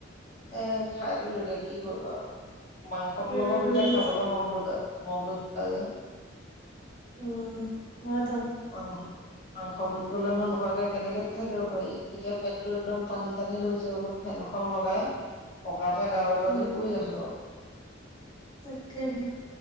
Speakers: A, on the left (about 55°); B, on the left (about 20°).
A: এ, খাই দিলো দে, কি কৰিবা আৰু মাংসটো
B: উম
A: লগত এতিয়া খাবলে মনটো যায়, মনটো যায় যে
B: উম', হয় ত
A: <unintelligible> মাংস বুলি কলে নো নোখোৱাকে কেনেকে থাকিব পাৰি? এতিয়া পেটটো একদম টানি-টানি ধৰিছে অলপ ফেনখন লগাই, পকাতে গাৰো এটা
B: অ
A: দি পৰি আছো আৰু
B: তাকেহে,